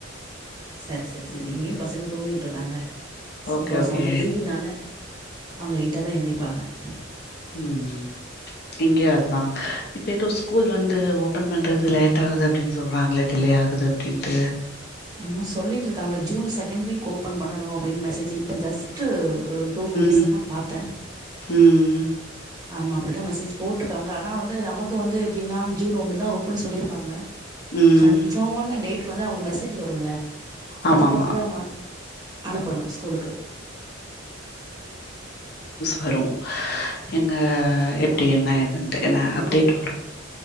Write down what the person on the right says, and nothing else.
சரி சரி சரி
இங்கேயும் பசங்க தூங்கிட்றுகங்க சரி
இப்போது
செம்ம லீவுனால அவங்க லேட்டா தான் எந்திப்பாங்க ம்
அம்மா சொல்லிட்டு இருக்காங்க ஜூன் செகண்ட் வீக் ஓபன் பண்ணனும் அப்படின்னு மெசேஜ் இப்ப ஜஸ்ட்டு ஒரு டூ மினிட்ஸ்
தான் பார்த்தேன்
ஆமா அப்படித்தான் மெசேஜ் போட்டு காங்கனா வந்து நமக்கு வந்து எபின்னா ஜூன் ஒண்ணு தான் ஓப்பன் சொல்லிருக்காங்க
கன்ஃபாமான டேட் வந்து அவங்க மெசஜ் வரும் ல்ல
அத
பத்துத நம்மா அனுப்பணு ஸ்கூலுக்கு